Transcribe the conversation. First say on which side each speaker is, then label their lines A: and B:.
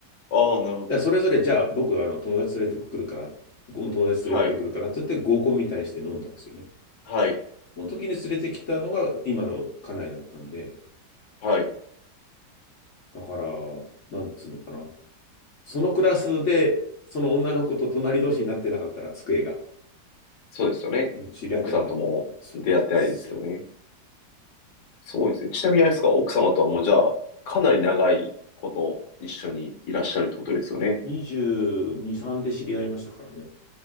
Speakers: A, on the left (about 70°); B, on the left (about 50°).
A: ああ、なるほど。
B: じゃあそれぞれじゃあ僕あの友達連れてくるから、僕も友達連れてくるからって言って合コンみたいにして飲んだんですよね。
A: はい。はい。
B: その時に連れてきたのが今の家内だったんで、
A: はい。
B: だから、なんつうのかな。そのクラスで、その女の子と隣同士になってなかったら机が、
A: そうですよね。
B: うん知り合ってなかった。
A: 奥さんとも出会ってないですよね。
B: そうなんですよ。
A: そうですね。ちなみにあれですか、奥様とはもうじゃあ、かなり長いこと一緒にいらっしゃるってことですよね。
B: 22、3で知り合いましたからね。